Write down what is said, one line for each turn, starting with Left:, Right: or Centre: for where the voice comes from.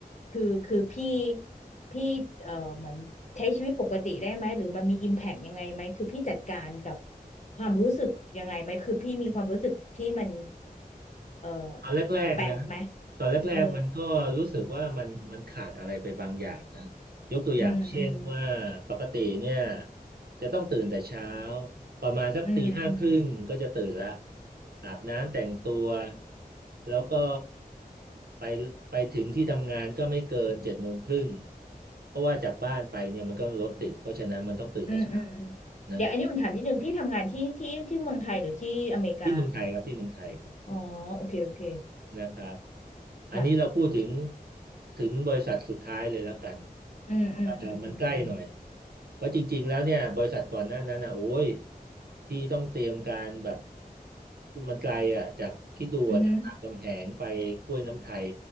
Left: คือคือพี่พี่เออเหมือนใช้ชีวิตปกติได้ไหมหรือมันมีอิมแพกยังไงไหมคือพี่จัดการกับความรู้สึกยังไงไหมคือพี่มีความรู้สึกที่มันเออ
Right: ตอนแรกๆนะ
Left: แปลกไหม
Right: ตอนแรกๆมันก็รู้สึกว่ามันมันขาดอะไรไปบางอย่างนะ
Left: เออ
Right: ยกตัวอย่างเช่นว่าปกติเนี่ย
Left: อืมอืม
Right: จะต้องตื่นแต่เช้าประมาณสักตีห้าครึ่งก็จะตื่นละ
Left: อืมอืม
Right: อาบน้ำแต่งตัวแล้วก็ไปไปถึงที่ทำงานก็ไม่เกินเจ็ดโมงครึ่งเพราะว่าจากบ้านไปเนี่ยมันก็รถติดเพราะฉะนั้นมันต้องตื่นแต่เช้า
Left: อืมอืมอืม
Right: นะ
Left: เดี๋ยวอันนี้อุ่นถามนิดนึงพี่ทำงานที่ที่ที่เมืองไทยหรือที่อเมริกาคะ
Right: ที่เมืองไทยครับที่เมืองไทยครับ
Left: อ๋อโอเคโอเค
Right: นะครับอันนี้เราพูดถึง
Left: ค่ะ
Right: ถึงบริษัทสุดท้ายเลยแล้วกัน
Left: อืมอืมอืมอืมอืม
Right: เอ่อมันใกล้หน่อยเพราะจริงๆแล้วเนี่ยบริษัทก่อนหน้านั้นอ่ะโอ้ยที่ต้องเตรียมการแบบมันไกลอ่ะจากคิดดูอะจากรามคำแหงไปกล้วยน้ำไทย
Left: อืม